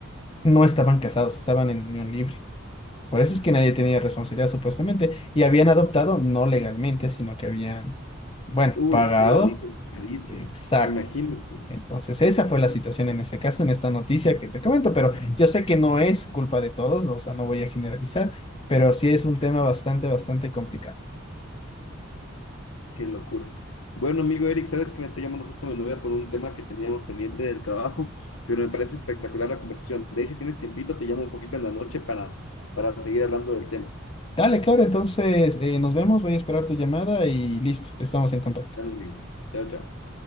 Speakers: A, on the left; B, on the left.
A: no estaban casados, estaban en unión libre. Por eso es que nadie tenía responsabilidad supuestamente. Y habían adoptado no legalmente, sino que habían, bueno,
B: Uy,
A: pagado.
B: claro, hijo, carísimo.
A: Exacto.
B: Imagínate,
A: Entonces, esa fue la situación en este caso, en esta noticia que te comento, pero yo sé que no es culpa de todos, o sea, no voy a generalizar, pero sí es un tema bastante, bastante complicado.
B: qué locura. Bueno, amigo Eric, sabes que me está llamando justo mi novia por un tema que teníamos pendiente del trabajo, pero me parece espectacular la conversación. De ahí, si tienes tiempito, te llamo un poquito en la noche para, para seguir hablando del tema.
A: Dale, claro, entonces eh, nos vemos, voy a esperar tu llamada y listo, estamos en contacto.
B: Dale, amigo. Chao, chao.